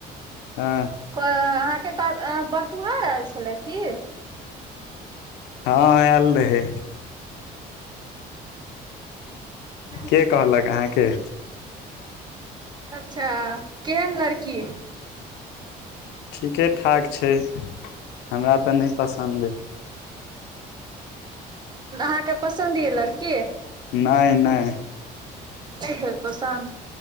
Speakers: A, on the left; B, on the right.
A: हँ
B: क अहाँके क अं बड़तुहार आयल छल की?
A: हँ आयल रहै।
B: ह
A: के कहलक अहाँके?
B: अच्छा केहन लड़की?
A: ठीके ठाक छैय हमरा तऽ नहि पसन्द अय।
B: अहाँके पसन्द यऽ लड़की?
A: नहि नहि।
B: नय भेल पसन्द।